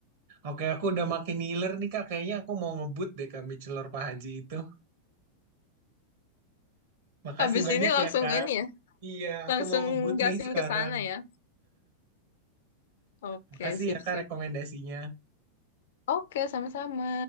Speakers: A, on the right; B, on the left.
A: Oke, aku udah makin ngiler nih, Kak. Kayaknya aku mau ngebut deh, Kak, mie celor Pak Haji itu. Makasih
B: Habis
A: banyak
B: ini langsung
A: ya, Kak.
B: ini ya,
A: Iya,
B: langsung
A: aku mau ngebut
B: gasin
A: nih sekarang.
B: ke sana ya. Oke,
A: Makasih
B: sip-sip.
A: ya, Kak, rekomendasinya.
B: Oke, sama-sama.